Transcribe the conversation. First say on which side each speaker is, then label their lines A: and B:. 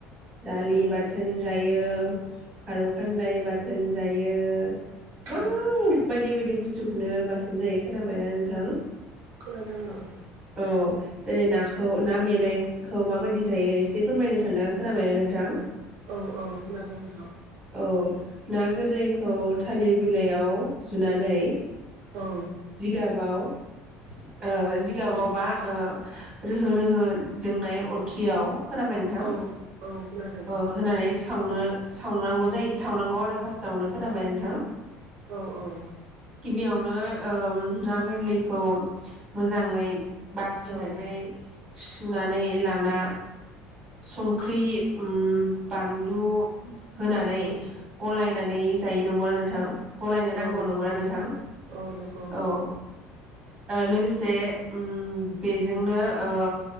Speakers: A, on the right; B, on the right.
A: दालि
B: औ खोनादों
A: बाथोन जायो खारौ खान्दाय बाथोन जायो गोबां
B: औ औ
A: बायदि बायदि बुस्थुखौनो बाथोन जायो खोनाबायना नोंथां।
B: खोनादों ओं।
A: औ जेरै नाखौ ना मेंनायखौ माबायदि जायो एसे फोरमायनो सानदों खोनाबायना नोंथां?
B: औ औ खोनादों नोंथां।
A: औ ना गोरलैखौ थालिर बिलाइयाव जुनानै
B: औ
A: जि गाबाव ओ <unintelligible>
B: औ
A: रोहो रोहो जोंनाय अरखियाव खोनाबाय नोंथां
B: औ औ खोनादों
A: अर होननानै सावनो सावनांगौ जायो सावनांगौ आरो फार्स्टआवनो खोनाबाय नोंथां?
B: औ औ
A: गिबियावनो ओ ना गोरलैखौ मोजाङै बासिनानै
B: औ
A: सुनानै लाना संख्रि ओम बानलु होनानै
B: औ
A: गलाय नानै जायो नंगौना नोंथां? गलायनो नांगौ
B: औ
A: नंगौना
B: नंगौ
A: नोंथां
B: औ नंगौ
A: औ। ओ लोगोसे ओम बेजोंनो ओ